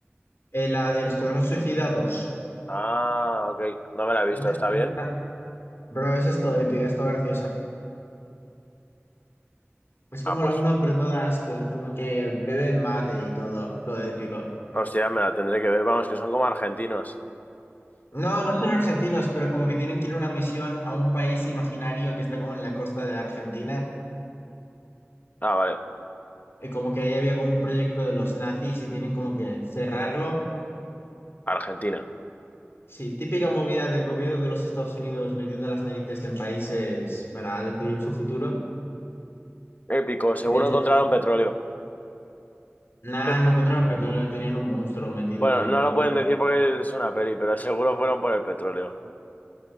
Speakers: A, on the left; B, on the left.
A: Eh, la del Escuadrón Suicida dos,
B: Ah, ok. No me la he visto.
A: Esa-
B: ¿Está
A: esa
B: bien?
A: está- Bro, esa es todo épica, es todo graciosa. Es como
B: Ah, pues,
A: la uno pero no da asco y como que beben mate y todo, todo épico.
B: hostia, me la tendré que ver. Vamos, que son como argentinos.
A: No, no son argentinos, pero como que tienen que ir a una misión a un país imaginario que está como en la costa de Argentina.
B: Ah, vale.
A: Y como que ahí había como un proyecto de los nazis y tienen como que cerrarlo.
B: Argentina.
A: Sí, típica movida del gobierno de los Estados Unidos metiendo las narices en países para decidir su futuro.
B: Épico. Seguro
A: De hecho,
B: encontraron petróleo.
A: nada,
B: <laughs>
A: no encontraron, pero tenían un monstruo metido
B: Bueno,
A: ahí,
B: no
A: pero
B: lo
A: bueno.
B: pueden decir porque es una peli, pero seguro fueron por el petróleo.